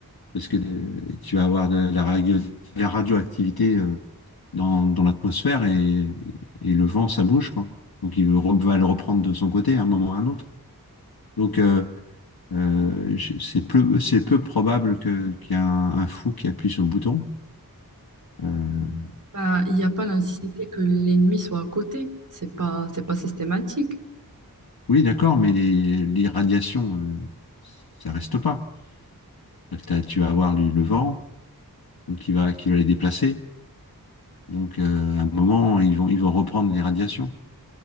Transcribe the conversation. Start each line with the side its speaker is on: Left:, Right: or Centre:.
Left: parce que euh, tu vas avoir de la, radio- la radioactivité euh, dans, dans l'atmosphère et, et le vent, ça bouge, quoi. Donc il re- va le reprendre de son côté à un moment ou à un autre. Donc euh, euh, je- c'est peu, c'est peu probable que, qu'il y ait un, un fou qui appuie sur le bouton. Euh,
Right: Bah, il n'y a pas la nécessité que l'ennemi soit à côté, c'est pas, c'est pas systématique.
Left: oui, d'accord, mais les, les radiations, euh, ça reste pas. C'est-à-dire que t'as- tu vas avoir le, le vent donc qui va, qui va les déplacer. Donc euh, à un moment, ils vont, ils vont reprendre les radiations.